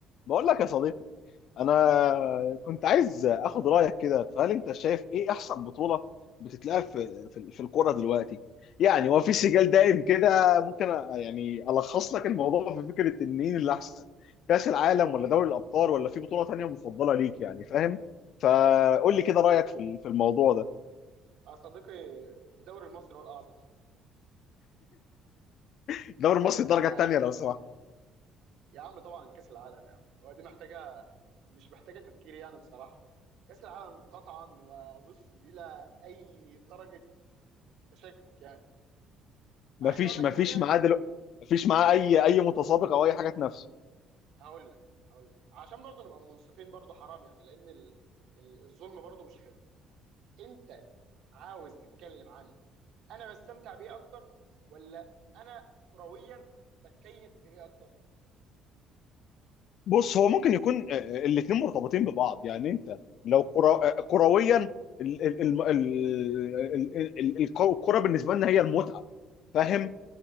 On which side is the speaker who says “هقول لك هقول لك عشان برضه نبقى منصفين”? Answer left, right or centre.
Right